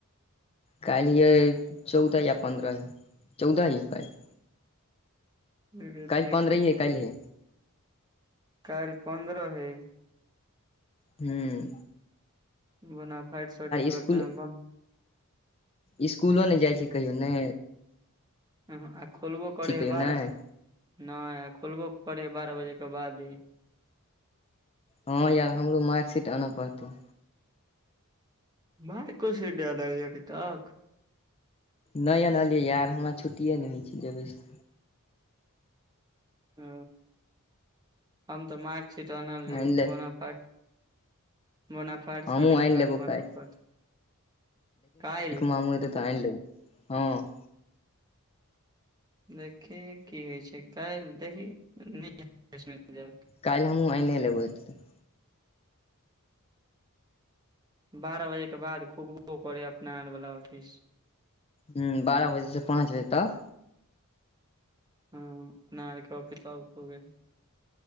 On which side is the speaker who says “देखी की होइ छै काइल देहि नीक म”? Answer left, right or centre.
Right